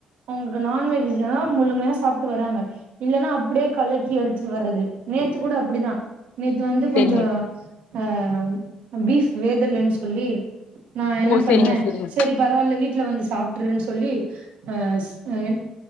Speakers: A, on the right (about 70°); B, on the left (about 85°).
A: அவங்களுக்கு நான்வெஜ்ல்லா முழுமையா சாப்பிட்டு வராங்க இல்லன்னா அப்படியே கலக்கி எடுத்துட்டு வர்றது நேத்து கூட அப்டிதா நேத்து வந்து கொஞ்சோ
B: சேரிங்க
A: அ பீஃப் வேகலன் சொல்லி நா என்ன
B: ஓ
A: பண்ணே
B: சேரிங்க சேரிங்க
A: சரி பரவால்ல வீட்ல வந்து சாப்ட்டுரு சொல்லி அ ஸ் இந்